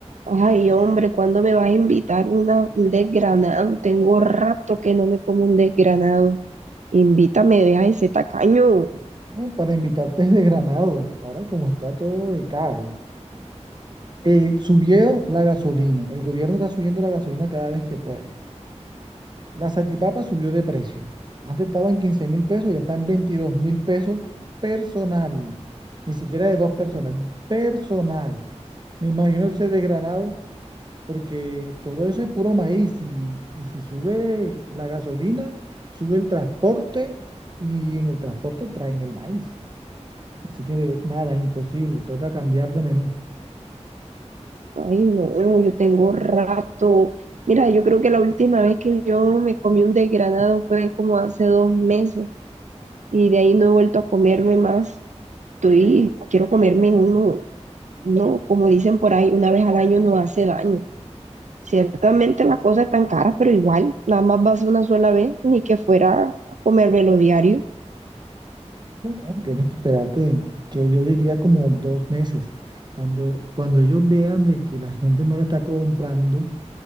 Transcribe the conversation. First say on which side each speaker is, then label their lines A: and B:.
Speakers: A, on the right; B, on the right.
A: Ay, hombre, ¿cuándo me vas a invitar una, un desgranado? Tengo rato que no me como un desgranado. Invítame, deja ese tacaño.
B: No, para invitarte es de Granado. Ahora como está todo de caro. Eh, subió la gasolina. El gobierno está subiendo la gasolina cada vez que puede. La salchipapa subió de precio. Antes estaba en quince mil pesos, ya está en veintidós mil pesos personal. Ni siquiera de dos personas. Personal. Me imagino el ser de Granado, porque todo eso es puro maíz. Y, y si sube la gasolina, sube el transporte y en el transporte traen el maíz. Así que nada, imposible, toca cambiar de menú.
A: Ay, no, yo tengo rato. Mira, yo creo que la última vez que yo me comí un desgranado fue como hace dos meses y de ahí no he vuelto a comerme más. Estoy, quiero comerme uno, no, como dicen por ahí, una vez al año no hace daño. Ciertamente las cosas están caras, pero igual, nada más va a ser una sola vez, ni que fuera a comérmelo diario.
B: No, no, tienes que esperarte, que yo diría como dos meses. Cuando, cuando ellos vean de que la gente no le está comprando